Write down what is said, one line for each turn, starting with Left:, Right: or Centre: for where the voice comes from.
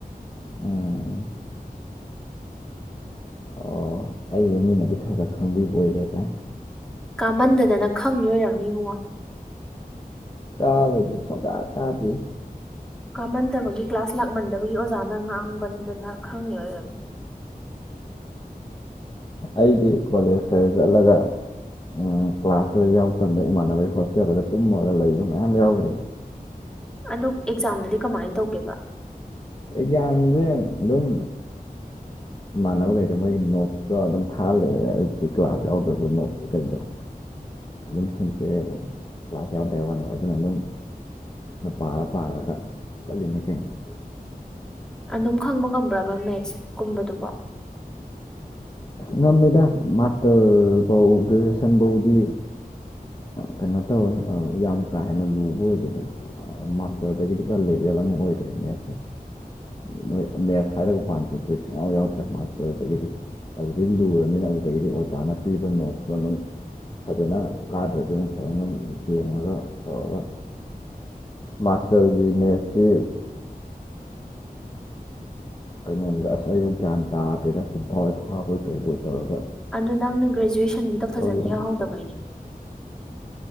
Left: ꯎꯝ ꯑꯣ ꯑꯩꯁ ꯃꯤꯅꯗꯤ ꯈꯔ ꯈꯔ ꯈꯪꯕꯤꯕ ꯑꯣꯏꯔꯦꯒ
Centre: ꯀꯥꯃꯟꯗꯗꯅ ꯈꯪꯉ ꯑꯣꯏꯔꯝꯅꯤ ꯏꯕꯨꯡꯉꯣ
Left: ꯀꯥꯕ ꯁ ꯀꯥ ꯀꯥꯗ
Centre: ꯀꯥꯃꯟꯗꯕꯒꯤ ꯀ꯭ꯂꯥꯁ ꯂꯥꯛꯃꯟꯗꯕꯒꯤ ꯑꯣꯖꯥꯅ ꯉꯥꯡꯃꯟꯗꯅ ꯈꯪꯉꯦ ꯑꯣꯏ
Left: ꯑꯩꯗꯤ ꯀꯣꯂꯦꯖ ꯈꯔ ꯆꯠꯂꯒ ꯎꯝ ꯀ꯭ꯂꯥꯁꯇꯨꯗ ꯌꯥꯎ ꯃꯇꯝꯗ ꯏꯃꯥꯟꯅꯕꯒꯤ ꯍꯣꯁꯇꯦꯜꯗꯒ ꯇꯨꯝꯃꯒ ꯂꯩꯕ ꯃꯌꯥꯝ ꯌꯥꯎꯈ꯭ꯔꯦ <inaudible>
Centre: ꯑꯗꯨ ꯑꯦꯛꯖꯥꯝꯗꯨꯗꯤ ꯀꯃꯥꯏꯅ ꯇꯧꯒꯦꯕ
Left: ꯑꯦꯒ꯭ꯌꯥꯟꯁꯦ ꯑꯗꯨꯝ ꯏꯃꯥꯟꯅꯕꯈꯩꯗ ꯃꯣꯏꯒꯤ ꯅꯣꯠꯇꯣ ꯑꯗꯨꯝ ꯊꯥꯍꯜꯂꯦ ꯑꯗꯨꯗꯤ ꯀ꯭ꯂꯥꯁ ꯌꯥꯎꯗ꯭ꯔꯁꯨ ꯅꯣꯠ ꯀꯩꯗꯣ ꯑꯗꯨꯝ ꯁꯦꯝꯆꯩꯑꯦꯕ ꯀ꯭ꯂꯥꯁ ꯌꯥꯎꯗꯩ ꯋꯥꯅꯦꯕ ꯑꯗꯨꯅ ꯑꯗꯨꯝꯅ ꯄꯥ ꯄꯥꯔꯒ ꯆꯠꯂꯤꯅꯤ ꯀꯩꯅꯩꯅꯣ
Centre: ꯑꯗꯨꯝ ꯈꯪꯕ ꯉꯝꯕ꯭ꯔꯕ ꯃꯦꯠꯁꯀꯨꯝꯕꯗꯨꯕꯣ
Left: ꯉꯝꯃꯦꯗꯥ ꯃꯥꯁꯇꯔꯕꯎ ꯒꯔ꯭ꯦꯖꯨꯌꯦꯁꯟ ꯐꯎꯗꯤ ꯀꯩꯅꯣ ꯇꯧꯋꯦ ꯌꯥꯝ ꯀꯥ ꯍꯦꯟꯅ ꯂꯨꯕ ꯑꯣꯏꯗꯦꯗ ꯃꯥꯁꯇꯔꯗꯒꯤꯗꯤ ꯄꯨꯔ ꯂꯦꯕꯦꯜ ꯑꯃ ꯑꯣꯏꯈ꯭ꯔꯦꯅꯦ ꯑꯩꯁꯦ <unintelligible> ꯃꯦꯠꯁ ꯍꯥꯏꯔꯒ ꯄꯥꯟ <inaudible> ꯌꯥꯎꯗ꯭ꯔꯦ ꯃꯥꯁꯇꯗꯒꯤꯗꯤ ꯑꯗꯨꯗꯩ ꯂꯨꯔꯕꯅꯤꯅ ꯑꯗꯨꯗꯒꯤꯗꯤ ꯑꯣꯖꯥꯅ ꯄꯤꯕ ꯅꯣꯠꯇꯣ ꯑꯗꯨꯝ ꯐꯖꯅ ꯀꯥꯗ꯭ꯔꯁꯨ ꯑꯗꯨꯝ ꯐꯖꯅ ꯌꯦꯡꯉꯒ ꯇꯧꯔꯒ ꯃꯥꯁꯇꯔꯒꯤ ꯃꯦꯠꯁꯤ ꯀꯩꯅꯣꯗꯨꯗ ꯑꯁ ꯑꯩꯕꯨ ꯒ꯭ꯌꯥꯟ ꯇꯥꯗꯦꯗ ꯆꯤꯟꯐꯥ ꯐꯥꯕꯣꯏ ꯀꯩꯕꯣꯏ ꯇꯧꯔꯒ
Centre: ꯑꯗꯨ ꯅꯪꯅ ꯒ꯭ꯔꯦꯖꯨꯋꯦꯁꯟꯒꯤꯗꯣ ꯐꯖꯅ
Left: ꯇꯧꯈꯤꯕꯅꯤ
Centre: ꯌꯥꯎꯍꯧꯗꯕꯩꯅꯦ